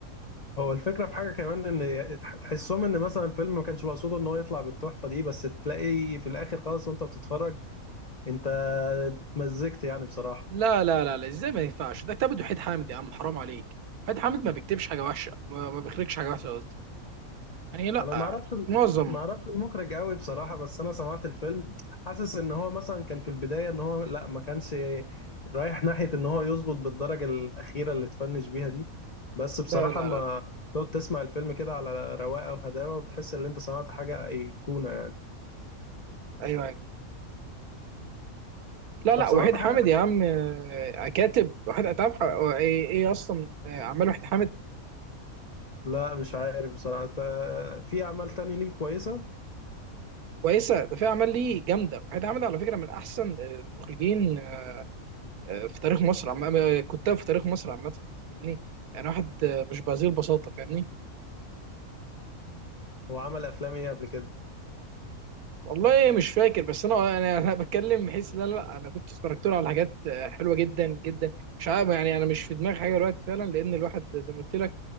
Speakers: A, on the left; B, on the right.
A: هو الفكرة في حاجة كمان ان تحسهم ان مثلا الفيلم ما كانش مقصود ان هو يطلع بالتحفة دي بس تلاقي في الاخر خالص وانت بتتفرج انت اتمزجت يعني بصراحة
B: لا لا لا لا ازاي ما ينفعش ده كتاب وحيد حامد يا عم حرام عليك وحيد حامد ما بيكتبش حاجه وحشه ما ما بيخرجش حاجه وحشه قصدي يعني لا
A: انا ما اعرفش
B: معظم
A: ما اعرفش المخرج قوي بصراحة بس انا سمعت الفيلم حاسس ان هو مثلا كان في البداية ان هو لا ما كانش رايح ناحية ان هو يظبط بالدرجة الاخيرة اللي اتفنش بيها دي بس بصراحة
B: لا لا
A: ما
B: لا لا
A: تقعد تسمع الفيلم كده على رواقة وهداوة بتحس ان انت سمعت حاجة ايقونة يعني
B: ايوه ايوه لا لا
A: طب سمعت
B: وحيد
A: حاجة
B: حامد يا عم آه، كاتب وحيد انت عارف آه، ايه إيه اصلا آه، اعمال وحيد حامد
A: لا مش عارف بصراحة تا- في أعمال تاني ليه كويسة
B: كويسه ده في اعمال ليه جامده وحيد حامد على فكره من احسن المخرجين آه، في تاريخ مصر عم آه، كتاب في تاريخ مصر عامه فاهمني يعني واحد آه، مش بهذه البساطه فاهمني
A: هو عمل أفلام إيه قبل كده
B: والله مش فاكر بس انا انا انا بتكلم بحيث لا لا انا كنت اتفرجت له على حاجات آه، حلوه جدا جدا مش عارف يعني انا مش في دماغي حاجه دلوقتي فعلا لان الواحد زي ما قلت لك